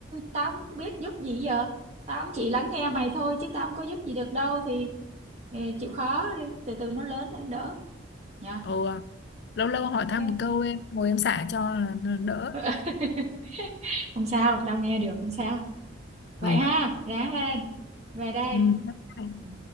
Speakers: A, on the right (about 35°); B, on the left (about 60°).
A: tao không biết giúp gì giờ tao cũng chỉ lắng nghe mày thôi chứ tao không có giúp gì được đâu thì ờ, chịu khó đi, từ từ nó lớn nó đỡ nha
B: Ừ, lâu lâu hỏi
A: ok
B: thăm một câu em ngồi em xả cho là là đỡ
A: <laughs> không sao tao nghe được không sao vậy
B: ừ.
A: ha ráng lên về đây
B: Ừ, bye bye.
A: Ừ.